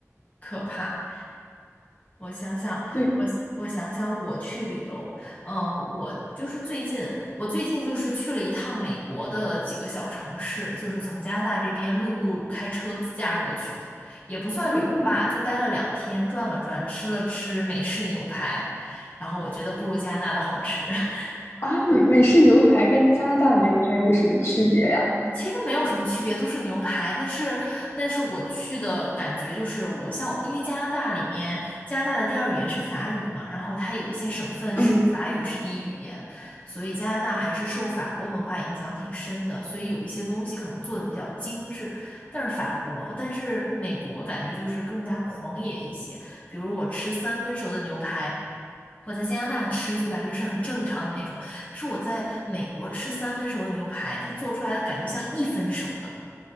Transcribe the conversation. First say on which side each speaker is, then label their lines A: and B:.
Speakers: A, on the left; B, on the left.
A: 可怕。我想想，
B: 对
A: 我我想想，我去旅游，嗯，我就是最近，我最近就是去了一趟美国的几个小城市，就是从加拿大这边陆路开车自驾过去的，也不算旅游吧，
B: 啊
A: 就待了两天，转了转，吃了吃美式牛排，然后我觉得不如加拿大的好吃。<laughs>
B: 啊，美美式牛排跟加拿大牛排有什么区别呀？
A: 其实没有什么区别，都是牛排。但是，但是我去的感觉就是，我像因为加拿大里面，加拿大的第二语言是法语嘛，然后它有一些省份是法语是第一语言，
B: 嗯
A: 所以加拿大还是受法国文化影响挺深的，所以有一些东西可能做的比较精致。但是法国，但是美国感觉就是更加狂野一些，比如我吃三分熟的牛排。我在加拿大吃就感觉是很正常的那种，是我在美国吃三分熟的牛排，它做出来的感觉像一分熟的，